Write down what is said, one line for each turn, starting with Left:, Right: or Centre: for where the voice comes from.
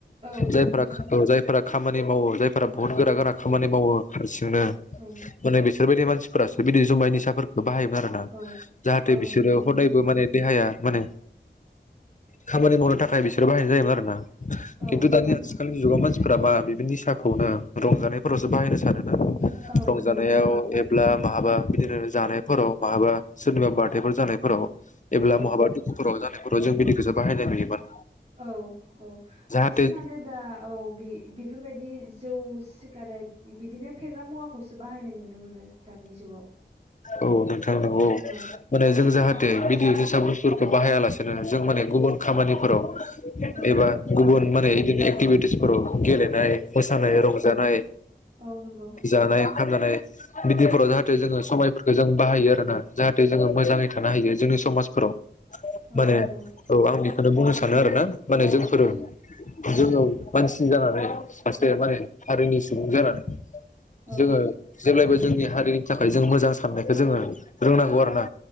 Right: औ नंगौ
Left: जायफोरा
Right: नोंथां
Left: जायफोरा खामानि मावो जायफोरा बुहुत गोरा गोरा खामानि मावो हारसिं नो
Right: औ
Left: माने बिसोरबायदि मानसिफोरासो बि जुमाय निसफोरखौ बाहायोमोन आरोना
Right: औ
Left: जाहाथे
Right: औ
Left: बिसोरो
Right: नंगौ नोंथां
Left: हदायबो
Right: औ
Left: माने देहाया माने खामानि मावनो थाखाय बिसोरो बाहायनाय जायोमोन आरो ना
Right: औ
Left: खिन्थु
Right: नंगौ
Left: दानि
Right: नोंथां
Left: आथिखालनि जुगाव मान- थिफोराबा बेफोरनि साहखौनो रंजानायफोरावसो बाहायनो सानो।
Right: औ
Left: रंजानायाव
Right: नंगौ नोंथां औ
Left: एब्ला बाहाबा बिदिनो जानायफोराव माहाबा सोरनिबा बार्थडेफोर जानायफोराव एब्ला
Right: औ
Left: बहाबा दुखुफोराव जानायफोराव जों मिडिखौसो बाहायनाय नुयोमोन।
Right: औ औ
Left: जाहाथे
Right: बांसिनानो दा औ बे बेफोरबायदि जौ सिगारेट बिदिनो फेग्रा मुवाखौसो बाहायनाय नुनो मोनो दानि जुगाव
Left: औ नोंथां नंगौ
Right: औ
Left: माने जों जाहाथे बिदि जोसा बुसुफोरखौ बाहायालासेनो जों माने गुबुन खामानि फोराव
Right: औ
Left: एबा गुबुन माने इदिनो एक्टिभिटिसफोराव गेलेनाय मोसानाय
Right: औ
Left: रंजानाय
Right: औ नंगौ
Left: जानाय ओंखाम जानाय बिदिफोराव जाहाथे जोङो समायफोरखौ जों बाहायो आरोना जाहाथे जोङो मोजाङै थानो हायो जोंनि समाजफोराव
Right: औ
Left: माने
Right: नंगौ
Left: औ आं बेखौनो बुंनो सानो आरो ना माने जोंफोरो
Right: औ
Left: जोङो मानसि जानानै सासे माने हारिनि सुबुं जानानै
Right: औ
Left: जोङो जेब्लायबो जोंनि हारिनि थाखाय जों मोजां साननायखौ जोङो रोंनांगौ आरोना।